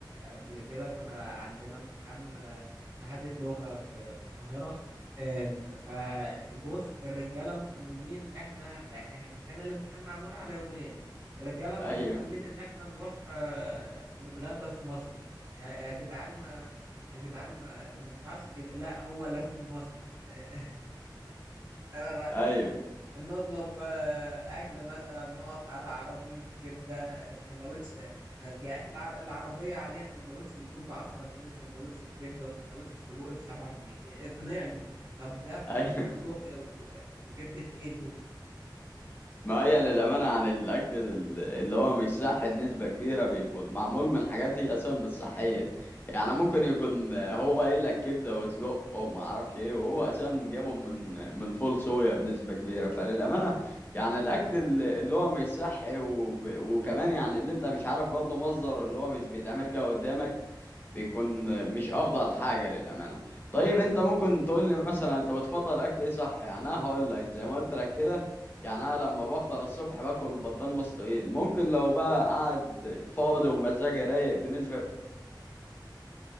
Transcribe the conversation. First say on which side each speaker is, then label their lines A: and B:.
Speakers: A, on the right (about 45°); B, on the left (about 25°).
A: آه، قبل كده كنا عندنا امتحان آه، شهاده لغه في في القاهره آم، فبص الرجاله مصممين احنا آه، إحنا- كان الامتحان معمول على يومين الرجاله مصممين
B: ايوه
A: ان احنا نروح آه، نتغدى في مصمت يا يا جدعان ما يا جدعان ما, ما ينفعش كده لا هو لازم مصمت <laughs> أنا
B: ايوه
A: الر- نطلب آه، أكل مثلا نقف على عربية كبدة سندوتش آه، يا أخي الع- العربية عليها سندوتش الفول بعشرة جنيه وسندوتش الكبدة وسندوتش السجق بسبعة جنيه إيه، اقنعني طب ده ف-
B: ايوه
A: آه، سجق آه، و- وكبدة إيه دول
B: ما هي للأمانة عن الأكل ال- اللي هو مش صحي بنسبة كبيرة بيكون معمول من حاجات هي أصلا مش صحية يعني ممكن يكون هو قايل لك كبدة وسجق وما أعرفش إيه وهو أصلا جابه من من فول صويا بنسبة كبيرة فللأمانة يعني الأكل ال- اللي هو مش صحي وب- وكمان يعني اللي أنت مش عارف برضه مصدره اللي هو مش بيتعمل كده قدامك بيكون مش أفضل حاجة للأمانة طيب أنت ممكن تقول لي مثلا أنت بتفضل أكل إيه صحي يعني أنا هقول لك زي ما قلت لك كده يعني انا لما بفطر الصبح باكل بطان مسلوقين ممكن لو بقى قاعد فاضي ومزاجي رايق بالنسبه